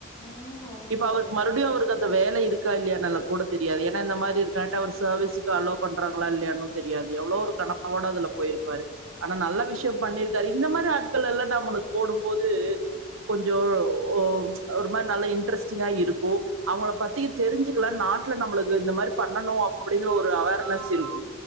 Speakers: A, on the left (about 15°); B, on the right (about 75°).
A: உண்ம உண்ம
B: இப்ப அவருக்கு
A: அது
B: மறுபடியு
A: ம்
B: அவருக்கு அந்த வேலை இருக்கா இல்லையானல்லா கூட தெரியாது ஏன்னா இந்த மாதிரி கரெக்டா ஒரு சர்வீஸுக்கு அலோ பண்றாங்களா இல்லையான்னு தெரியாது எவ்ளோ ஒரு கனவோட அதுல போயிருப்பாரு ஆனா நல்ல விஷ்யோ
A: ம்
B: பண்ணிருக்காரு இந்த மாதிரி ஆட்கள் எல்லா நம்மளுக்கு போடும்போது கொஞ்சோ ஒ ஒரு மாதிரி நல்லா இன்ட்ரெஸ்டிங்கா இருக்கோ அவங்கள பத்தி தெரிஞ்சுக்கலா நாட்ல நம்மளுக்கு இந்த மாதிரி பண்ணணு அப்டிங்கற ஒரு அவே ர்னஸ் இருக்கு